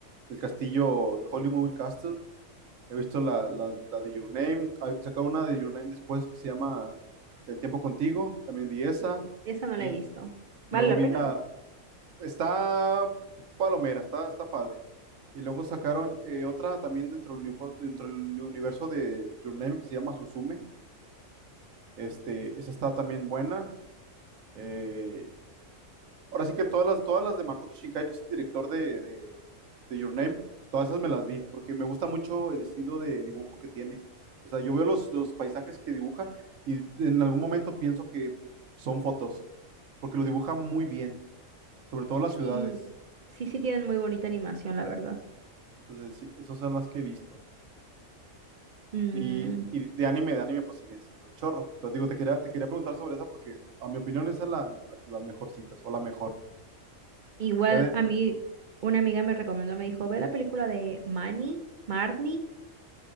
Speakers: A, on the right; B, on the right.
A: del castillo de Holy Castle, He visto la, la- la de Your Name. ah, Sacó una de Your Name después que se llama El tiempo contigo. También vi esa.
B: esa no
A: Vi,
B: la he visto.
A: y
B: ¿Vale
A: luego
B: la
A: vi
B: pena?
A: la. Está palomera, está, está padre. Y luego sacaron eh, otra también dentro del, unifor- dentro del universo de Your Name que se llama Suzume. Este, esa está también buena. Eh, Ahora sí que todas las, todas las de Makoto Shinkai, que es el director de, de, de Your Name, todas esas me las vi, porque me gusta mucho el estilo de dibujo que tiene. O sea, yo veo los, los paisajes que dibuja y en algún momento pienso que son fotos, porque lo dibuja muy bien, sobre todo las ciudades.
B: Sí, sí, sí tienen muy bonita animación, la verdad.
A: Entonces, sí, esas son las que he visto.
B: Mm.
A: Y, y de anime, de anime, pues sí, sí, un chorro. Pero digo, te quería, te quería preguntar sobre esa porque, a mi opinión, esa es la, la, las mejorcitas, o la mejor.
B: Igual
A: Ya de,
B: a mí una amiga me recomendó, me dijo, ve la película de Manny, Marnie,